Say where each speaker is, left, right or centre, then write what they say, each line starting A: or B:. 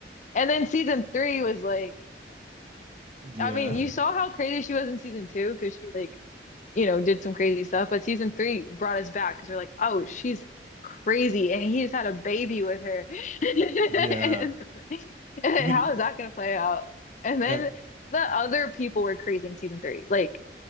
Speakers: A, on the left; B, on the right.
A: And then season three was like,
B: Yeah,
A: I mean, you saw how crazy she was in season two because she like you know, did some crazy stuff. But season three brought us back because we're like, oh, she's crazy. And he just had a baby with her. <laughs>
B: yeah.
A: And
B: I mean,
A: how is that going to play out? And then
B: yeah.
A: the other people were crazy in season three. Like